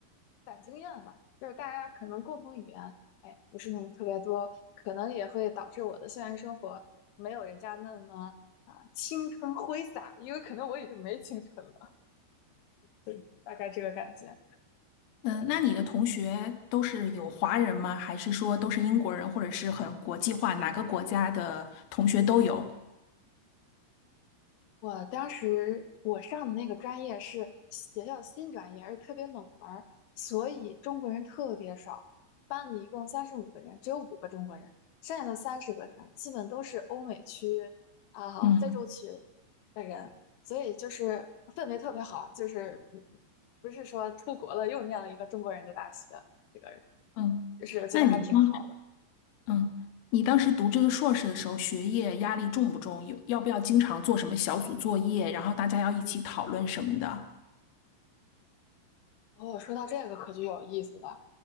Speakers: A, on the left; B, on the left.
A: 攒经验了。就是大家可能共同语言，哎，不是那么特别多，可能也会导致我的校园生活没有人家那么啊青春挥洒，因为可能我已经没青春了，对，大概这个感觉。
B: 嗯，呃那你的同学都是有华人吗？还是说都是英国人，或者是很国际化，哪个国家的同学都有？
A: 我当时我上的那个专业是学校新专业，而且特别冷门儿，所以中国人特别少。班里一共三十五个人，只有五个中国人，剩下的三十个人基本都是欧美区啊、
B: 嗯
A: 非洲区的人，所以就是氛围特别好，就是嗯不是说出国了又念了一个中国人的大学，这个
B: 嗯。
A: 就是觉得还挺好的。
B: 那你光嗯，你当时读这个硕士的时候，学业压力重不重？有，要不要经常做什么小组作业，然后大家要一起讨论什么的？
A: 哦，说到这个可就有意思了。